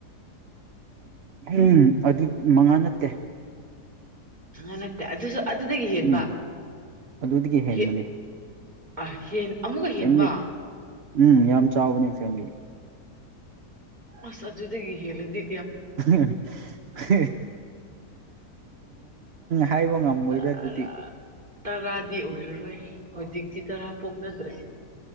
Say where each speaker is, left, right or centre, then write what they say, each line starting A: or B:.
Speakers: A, on the right; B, on the right.
A: ꯎꯝ ꯑꯗꯨ ꯃꯉꯥ ꯅꯠꯇꯦ
B: ꯑꯅꯠꯇꯦ ꯑꯗꯨꯁꯨ ꯑꯗꯨꯗꯒꯤ ꯍꯦꯟꯕ
A: ꯎꯝ ꯑꯗꯨꯗꯒꯤ ꯍꯦꯟꯕꯅꯦ
B: ꯍ ꯑ ꯍꯦ ꯑꯃꯨꯛꯀ ꯍꯦꯟꯕ
A: ꯐꯦꯃꯤꯂꯤ ꯎꯝ ꯌꯥꯝ ꯆꯥꯎꯕꯅꯦ ꯐꯦꯂꯤ
B: ꯑꯁ ꯑꯗꯨꯗꯗꯒꯤ ꯍ‌ꯦꯜꯂꯗꯤ
A: ꯎꯝ <unintelligible> ꯍꯥꯏꯕ ꯉꯝꯃꯣꯏꯗ
B: ꯇꯔꯥ
A: ꯑꯗꯨꯗꯤ
B: ꯇꯔꯥꯗꯤ ꯑꯣꯏꯔꯔꯣꯏ ꯍꯧꯖꯤꯛꯇꯤ ꯇꯔꯥ ꯄꯣꯛꯅꯗ꯭ꯔꯦ